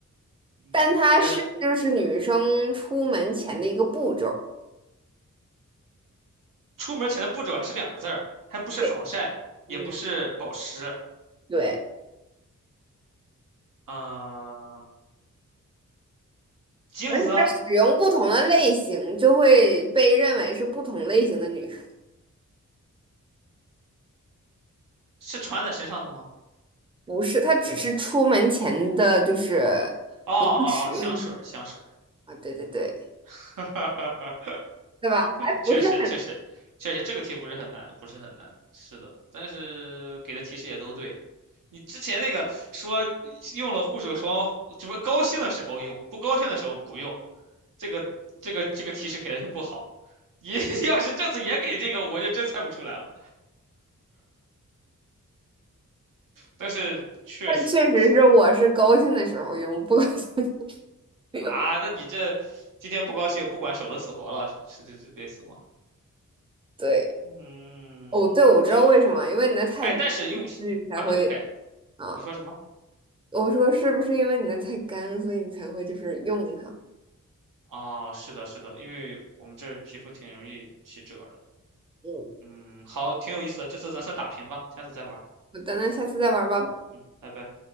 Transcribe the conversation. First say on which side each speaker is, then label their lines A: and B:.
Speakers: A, on the right; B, on the right.
A: 嗯，
B: 但它是就是女生出门前的一个步骤。
A: 跟出门前的步骤还是两个字儿，还不是防晒，
B: 对，嗯，
A: 也不是保湿，
B: 对，
A: 呃，镜子啊
B: 而且它使用不同的类型，就会被认为是不同类型的女生。
A: 是穿在身上的吗？
B: 不是，它只是出门前的，就是
A: 哦哦哦，
B: 你会使用
A: 香水儿，香水儿，
B: 它啊，对对对，
A: <laughs>
B: 对吧？还不是很，
A: 确实确实确实，这个题不是很难，不是很难，是的，但是给的提示也都对。你之前那个说用了护手霜，只不过高兴的时候用，不高兴的时候不用，这个这个这个提示给的就不好。你 <laughs> 要是这次也给这个，我就真猜不出来了。但是确实
B: 但确实是我是高兴的时候用，不高兴的时候用。
A: 啊，那你这今天不高兴，不管守了死活了，是是这这类似吗？
B: 对，
A: 嗯，
B: 哦，对，我知道为什么，
A: 确实。
B: 因为你的太干，
A: 哎，但是用你把那个改，
B: 所以你才会啊。
A: 你说什么？
B: 我说是不是因为你的太干，所以你才会就是用它？
A: 啊，是的，是的，因为我们这儿皮肤挺容易起褶儿的。
B: 嗯，
A: 嗯，好，挺有意思的，这次咱算打平吧，下次再玩儿
B: 好的，那下次再玩吧。
A: 嗯，拜拜。